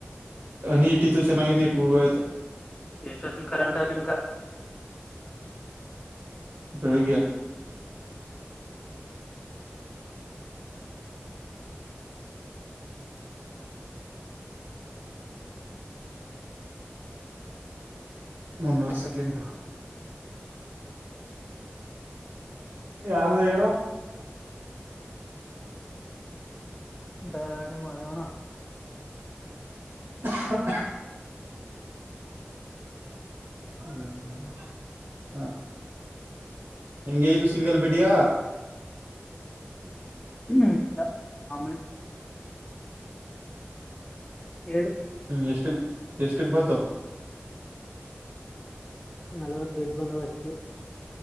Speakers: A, on the right (about 75°); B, on the left (about 20°).
A: ನೀ ಇಟ್ ಇತ್ತುು ಚೆನ್ನಾಗ ಇಬ ಆಯ್ತು.
B: ಎಷ್ಟೊತ್ತನ್ ಕರಂಟ ನಿಮ್ಗ
A: ಬೆಳಿಗ್ಗೆ ಮುನ್ನೂರು ಸೆಕೆಂಡ ಯಾರ್ದು ಏನು
B: ಬ್ಯಾಟ ಮಾಡ್ಯಾವನ.
A: <inaudible> ಹ್ಮ್ ಹಾ. ಹೆಂಗ ದು ಸಿಂಗಲ್ ಬಿಡಿಯ
B: ಹ್ಮ ಆಮಲೆ ಎಡು
A: ಹ್ಮ್ ಎಷ್ಟಕ್ ಎಷ್ಟಕ್ ಬತ
B: ನಲ್ವತ್ತು ಬಿಡ್ ಬಂದವ ಅಷ್ಟಿಗೆ